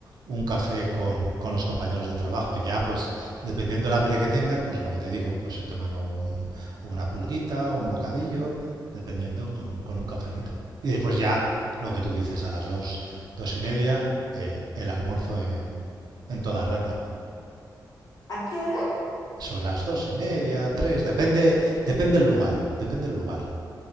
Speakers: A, on the right; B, on the left.
A: un café con, con, los compañeros de trabajo. Ya, pues, dependiendo del hambre que tengas, pues lo que te digo, pues se toman o, un, o una pulguita o un bocadillo, dependiendo con, un- con, un cafelito. Y después ya, lo que tú dices, a las dos, dos y media, eh, el almuerzo en, en, toda regla.
B: ¿A qué hora?
A: Sobre las dos y media, tres, depende, depende el lugar, depende el lugar.